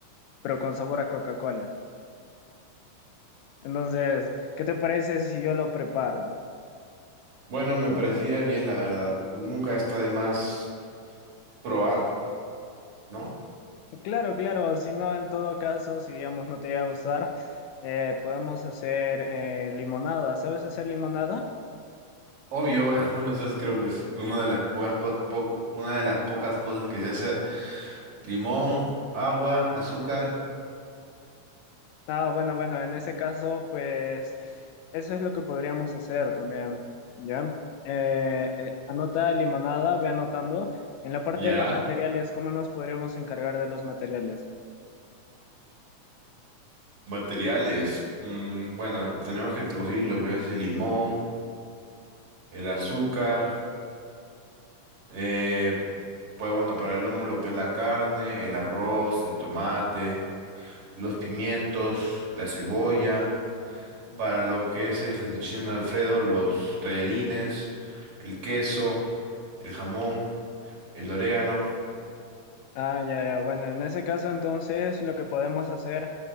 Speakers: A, on the left; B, on the right.
A: pero con sabor a Coca-Cola. Entonces, ¿qué te parece si yo lo preparo?
B: Bueno, me parecería bien, la verdad. Nunca está de más probar, ¿no?
A: Claro, claro, si no, en todo caso, si digamos no te va a gustar, eh, podemos hacer eh, limonada. ¿Sabes hacer limonada?
B: Obvio, <laughs> bueno, eso es- creo que es una de las pocas co- po- una de las pocas cosas que sé hacer. Limón, agua, azúcar.
A: Ah, bueno, bueno, en ese caso, pues eso es lo que podríamos hacer también, ¿ya? Eh, eh, anota limonada, ve anotando. En la parte
B: Ya.
A: de los materiales, ¿cómo nos podríamos encargar de los materiales?
B: Materiales. Mm, bueno, tenemos que conseguir lo que es el limón, el azúcar. Eh, pues bueno, para el lomo lo que es la carne, el arroz, el tomate, los pimientos, la cebolla.
A: No.
B: Para lo que es el fettuccine Alfredo, los tallarines, el queso, el jamón, el orégano.
A: Ah, ya, ya. Bueno, en ese caso entonces lo que podemos hacer,